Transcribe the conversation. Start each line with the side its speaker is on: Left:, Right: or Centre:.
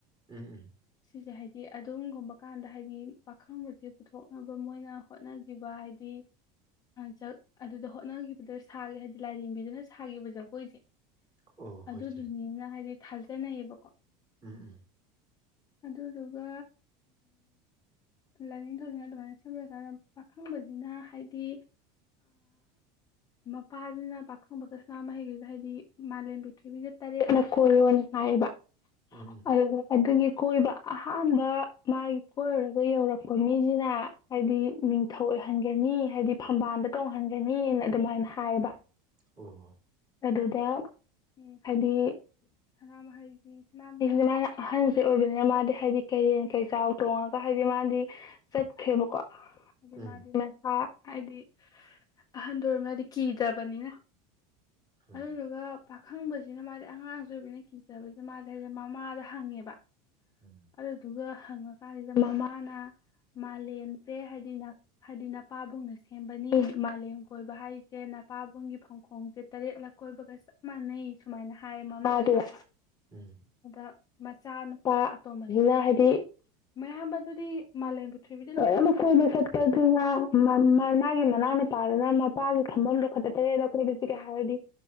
Right: ꯎꯝ ꯎꯝ
Left: ꯁꯤꯁꯦ ꯍꯥꯏꯗꯤ ꯑꯗꯨꯝꯒꯨꯝꯕ ꯀꯥꯟꯗ ꯍꯥꯏꯗꯤ ꯄꯥꯈꯪꯕꯁꯦ ꯄꯨꯊꯣꯛꯅꯕ ꯃꯣꯏꯅ ꯍꯣꯠꯅꯈꯤꯕ ꯍꯥꯏꯗꯤ ꯖ ꯑꯗꯨꯗ ꯍꯣꯠꯅꯈꯤꯕꯗ ꯁꯥꯒ ꯍꯥꯏꯗꯤ ꯂꯥꯏꯔꯦꯝꯕꯤꯗꯨꯅ ꯁꯥꯈꯤꯕ ꯖꯒꯣꯏꯖꯦ
Right: ꯑꯣ
Left: ꯑꯗꯨꯗꯨꯅꯤꯅ
Right: ꯍꯣꯏ ꯆꯦ
Left: ꯍꯥꯏꯗꯤ ꯊꯥꯖꯅꯩꯌꯦꯕꯀꯣ
Right: ꯎꯝ ꯎꯝ
Left: ꯑꯗꯨꯗꯨꯒ ꯂꯥꯏꯅꯤꯡꯊꯧꯁꯤꯅ ꯑꯗꯨꯃꯥꯏꯅ ꯁꯦꯝꯂꯖꯥꯅ ꯄꯥꯈꯪꯕꯁꯤꯅ ꯍꯥꯏꯗꯤ ꯃꯄꯥꯁꯤꯅ ꯄꯥꯈꯪꯕꯒ ꯁꯅꯃꯍꯤ ꯍꯥꯏꯗꯤ ꯃꯥꯂꯦꯝ ꯄ꯭ꯔꯤꯊꯤꯕꯤꯁꯦ ꯇꯔꯦꯠꯂꯛ ꯀꯣꯏꯌꯣ ꯍꯥꯏꯌꯦꯕ
Right: ꯎꯝ
Left: ꯑꯗꯨ ꯑꯗꯨꯒꯤ ꯀꯣꯏꯕ ꯑꯍꯥꯟꯕ ꯃꯥꯒꯤ ꯀꯣꯏꯔꯒ ꯌꯧꯔꯛꯄ ꯃꯤꯁꯤꯅ ꯍꯥꯏꯗꯤ ꯅꯤꯡꯊꯧ ꯑꯣꯏꯍꯟꯒꯅꯤ ꯍꯥꯏꯗꯤ ꯐꯝꯕꯥꯜꯗ ꯇꯣꯡꯍꯟꯒꯅꯤꯅ ꯑꯗꯨꯃꯥꯏꯅ ꯍꯥꯏꯌꯦꯕ
Right: ꯑꯣ
Left: ꯑꯗꯨꯗ ꯎ ꯍꯥꯏꯗꯤ ꯁꯅꯥꯃꯍꯤꯁꯤꯍꯤꯁꯤ ꯃꯥꯅ ꯑꯍꯟꯁꯦ ꯑꯣꯏꯕꯅꯤꯅ ꯃꯥꯗꯤ ꯍꯥꯏꯗꯤ ꯀꯩꯔꯦꯟ ꯀꯩꯆꯥꯎ ꯇꯣꯡꯉꯒ ꯍꯥꯏꯗꯤ ꯃꯥꯗꯤ ꯆꯠꯈ꯭ꯔꯦꯕꯀꯣ ꯍꯥꯏꯗꯤ
Right: ꯎꯝ
Left: ꯃꯥꯗꯤ ꯃꯥꯁ ꯍꯥꯏꯗꯤ ꯑꯍꯟꯗ ꯑꯣꯏꯔꯝꯅꯤꯅ ꯀꯤꯗ꯭ꯔꯕꯅꯤꯅ
Right: ꯍꯣꯏ
Left: ꯑꯗꯨꯗꯨꯒ ꯄꯥꯈꯪꯕꯁꯤꯅ ꯃꯥꯗꯤ ꯑꯉꯥꯡꯁꯨ ꯑꯣꯏꯕꯅ ꯀꯤꯖꯕꯁꯤꯅ ꯃꯥꯗꯤ ꯍꯥꯏꯗꯤ ꯃꯃꯥꯗ ꯍꯪꯉꯦꯕ
Right: ꯎꯝ
Left: ꯑꯗꯨꯗꯨꯒ ꯍꯪꯉꯀꯥꯟꯁꯤꯗ ꯃꯃꯥꯅ ꯃꯥꯂꯦꯝꯁꯦ ꯍꯥꯏꯗꯤ ꯍꯥꯏꯗꯤ ꯅꯄꯥꯕꯨꯡꯅ ꯁꯦꯝꯕꯅꯤ ꯃꯥꯂꯦꯝ ꯀꯣꯏꯕ ꯍꯥꯏꯁꯦ ꯅꯄꯥꯕꯨꯡꯒꯤ ꯐꯥꯡꯈꯣꯡꯁꯦ ꯇꯔꯦꯠꯂꯛ ꯀꯣꯏꯕꯒ ꯆꯞ ꯃꯥꯟꯅꯩ ꯁꯨꯃꯥꯏꯅ ꯍꯥꯏꯌꯦ ꯃꯃꯥꯥꯗꯨꯅ
Right: ꯎꯝ
Left: ꯑꯗ ꯃꯆꯥꯅꯨꯄꯥ ꯑꯇꯣꯝꯕꯁꯤꯅ ꯍꯥꯏꯗꯤ ꯃꯌꯥꯝꯕꯗꯨꯗꯤ ꯃꯥꯂꯦꯝ ꯄ꯭ꯊꯤꯔꯤꯕꯤꯗ ꯂꯣꯏꯅꯃꯛ ꯀꯣꯏꯕ ꯆꯠꯄꯗꯅ ꯃꯥ ꯃꯥꯒꯤ ꯃꯅꯥꯎ ꯅꯨꯨꯄꯥꯗꯨꯅ ꯃꯄꯥꯒꯤ ꯐꯝꯐꯝ ꯍꯦꯛꯇ ꯇꯔꯦꯂꯛ ꯀꯣꯏꯕꯕꯁꯤ ꯍꯥꯏꯕꯗꯤ